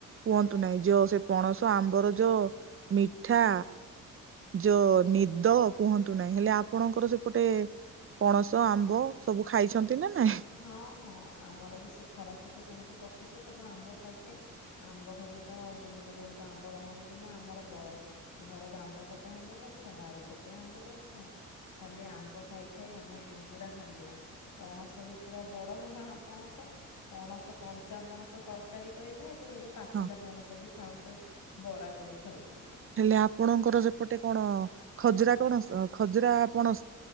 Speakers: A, on the right (about 40°); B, on the left (about 70°).
A: କୁହନ୍ତୁ ନାହିଁ ଯୋଉ ସେ ପଣସ ଆମ୍ବର ଯୋ ମିଠା ଯୋଉ ନିଦ କୁହନ୍ତୁ ନାହିଁ ହେଲେ ଆପଣଙ୍କର ସେପଟେ ପଣସ ଆମ୍ବ ସବୁ ଖାଇଛନ୍ତି ନା ନାଇଁ
B: ହଁ ହଁ ଆମର ବି ସେ ଖରା ଛୁଟି ସେମିତି କଟିଛି ସବୁ ଆମ୍ବ ଖାଇ ଖାଇ ଆମ୍ବ ଖଲେ ତ ବହୁତ ବହୁତ ଆମ୍ବ ବାହାରୁ ହେଲା ଆମର ଗ ଘର ଦାଣ୍ଡ ପଟେ ଆମ୍ବ ଗଛ ବାରି ପଟେ ଆମ୍ବ ଗଛ। ଖାଲି ଆମ୍ବ ଖାଇ ଖାଇ ଆମେ ପୁରା ହାଲିଆ ପଣସ ବି ପୁରା ବଡ଼ ବଡ଼ ପଣସ ପଣସ କଞ୍ଚା ପଣସ ତରକାରୀ କରି ଖାଇଲୁ ଏବେ ପାଚିଲା
A: ହଁ।
B: ପଣସ ବି ଖାଉଚୁ ବରା କରି ଖାଉଚୁ
A: ହେଲେ ଆପଣଙ୍କର ସେପଟେ କଣ ଖଜୁରା କଣ ଖଜୁରା କପଣ